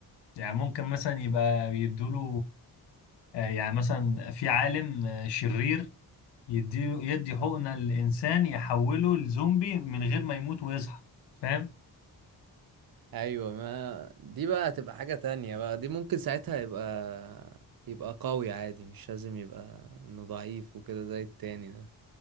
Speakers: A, on the left; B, on the right.
A: يعني ممكن مثلا يبقى بيدوله آه، يعني مثلا في عالم آه، شرير يديله يدي حقنة للإنسان يحوله لزومبي من غير ما يموت ويصحى فاهم
B: ايوه ما دي بقى هتبقى حاجة تانية بقى دي ممكن ساعتها يبقى يبقى قوي عادي مش لازم يبقى انه ضعيف وكده زي التاني ده